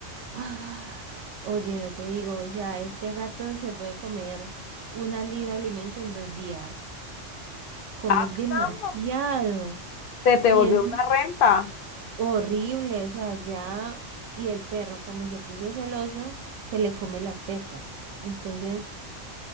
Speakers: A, on the right; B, on the left.
A: Ah, Oye, no te digo, o sea, este gato se puede comer una libra de alimento en dos días. Come
B: Ah,
A: demasiado
B: caramba, se te
A: y
B: volvió
A: es
B: una renta.
A: horrible, o sea, ya. Y el perro, como se puso celoso, se le come las pepas. Entonces,